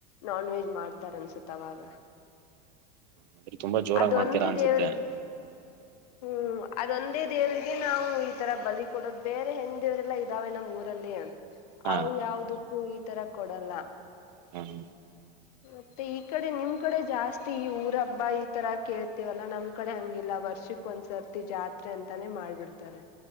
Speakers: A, on the left; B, on the right.
A: ನಾನ್ ವೆಜ್ ಮಾಡ್ತಾರ ಅನ್ಸತ್ ಅವಾಗ
B: ಅಂದ್ರೆ ತುಂಬಾ ಜೋರಾಗಿ
A: ಅದೊಂದೇ
B: ಮಾಡ್ತೀರಾ ಅನ್ಸುತ್ತೆ
A: ದೇವ್ರಿಗೆ ಹ್ಮ್ ಅದೊಂದೇ ದೇವ್ರಿಗೆ ನಾವು ಈ ತರ ಬಲಿ ಕೊಡೋದು ಬೇರೆ ಹೆಂದ್ ದೇವ್ರಲ್ಲಾ ಇದ್ದಾವೆ ನಮ್ಮ್ ಊರಲ್ಲಿ
B: ಹಾ
A: ಅವು ಯಾವದು ಕ್ಕೂ ಈ ತರ ಕೊಡಲ್ಲ
B: ಹ್ಮ
A: ಮತ್ತೆ ಈ ಕಡೆ ನಿಮ್ ಕಡೆ ಜಾಸ್ತಿ ಈ ಊರ ಹಬ್ಬ ಇ ತರ ಕೇಳ್ತೀವಲ್ಲಾ ನಮ್ ಕಡೆ ಹಂಗಿಲ್ಲ ವರ್ಷಕ್ ಒಂದ್ಸರ್ತಿ ಜಾತ್ರೆ ಅಂತಾನೇ ಮಾಡ್ಬಿಡ್ತಾರೆ